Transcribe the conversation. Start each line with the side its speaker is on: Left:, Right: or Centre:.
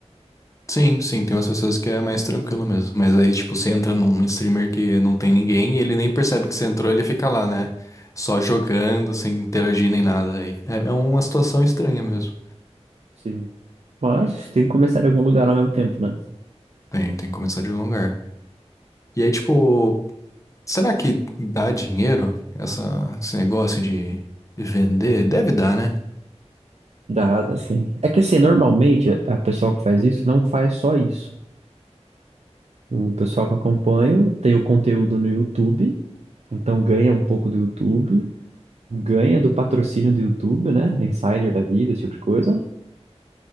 Left: Sim, sim, tem umas pessoas que é mais tranquilo mesmo. Mas aí, tipo, você entra num streamer que não tem ninguém e ele nem percebe que você entrou, ele fica lá, né? Só jogando, sem interagir nem nada. Aí é, é uma situação estranha mesmo.
Right: Sim. Mas tem que começar em algum lugar ao mesmo tempo, né?
Left: Tem, tem que começar de algum lugar. E aí, tipo, será que dá dinheiro essa, esse negócio de vender? Deve dar, né?
Right: Dá, assim. É que assim, normalmente a a pessoa que faz isso não faz só isso. O pessoal que eu acompanho tem o conteúdo no YouTube, então ganha um pouco do YouTube, ganha do patrocínio do YouTube, né? Insider da vida, esse tipo de coisa.